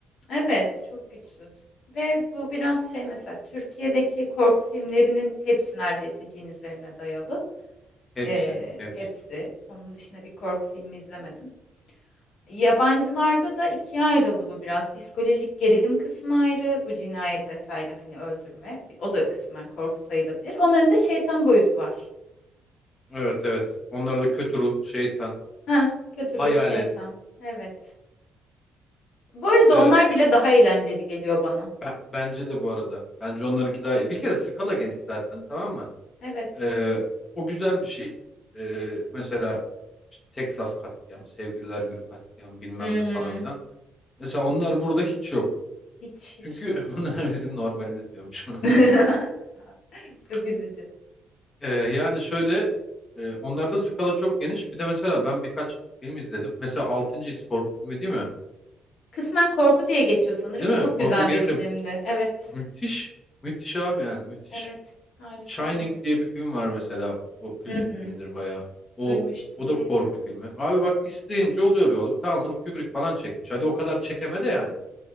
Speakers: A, on the left; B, on the left.
A: Evet, çok güçsüz. Ve bu biraz şey mesela Türkiye'deki korku filmlerinin hepsi neredeyse cin üzerine dayalı.
B: Hepsi,
A: Ee,
B: hepsi.
A: hepsi. Onun dışında bir korku filmi izlemedim. Yabancılarda da ikiye ayrıldı bu biraz. Psikolojik gerilim kısmı ayrı, bu cinayet vesaire hani öldürme. Bir- O da kısmen korku sayılabilir. Onların da şeytan boyutu var.
B: Evet evet. Onlar da kötü ruh, şeytan,
A: Heh, kötü
B: hayalet.
A: ruh şeytan. Evet. Bu arada
B: Ee,
A: onlar bile daha eğlenceli geliyor bana.
B: be- bence de bu arada. Bence onlarınki daha iyi. Bir kere skala geniş zaten tamam mı?
A: Evet.
B: Ee, o güzel bir şey. Ee, mesela işte Texas katliamı, Sevgililer Günü katliamı bilmem
A: Hmm,
B: ne falan filan. Mesela onlar burada hiç yok.
A: hiç hiç
B: Çünkü
A: yok.
B: <laughs> onlar bizim normalimiz diyormuş.
A: <laughs>
B: <laughs>
A: Çok üzücü.
B: Ee, yani şöyle e, onlarda skala çok geniş. Bir de mesela ben birkaç film izledim. Mesela altıncı His korku filmi değil mi?
A: Kısmen korku diye geçiyor sanırım.
B: Değil
A: Çok
B: mi? Korku
A: güzel
B: gerilim.
A: bir filmdi. Evet.
B: Müthiş. Müthiş abi yani müthiş.
A: Evet. Harikaydı.
B: Shining diye bir film var mesela. O kült
A: Hı hı.
B: bir filmdir bayağı. O
A: Duymuştum
B: o
A: ama
B: da korku
A: izlemedim.
B: filmi. Abi bak isteyince oluyor be oğlum. Tamam onu Kubrick falan çekmiş. Hadi o kadar çekeme de yani.